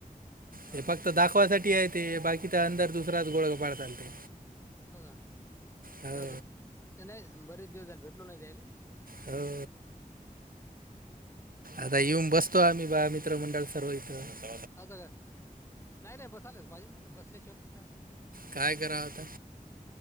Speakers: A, on the left; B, on the right.
A: बरं
B: हे फक्त
A: बरं
B: दाखवासाठी आहे ते बाकीचा अंदर दुसराच गोळा पड चालते
A: हो
B: हो
A: जा बरव भेटलली
B: हो आता येऊन बसतो आम्ही बा मित्रमंडळ सर्व इथं
A: असं काय नाही नाही बस आलेच पाहिजे ना बस शिवापस का
B: काय करावं आता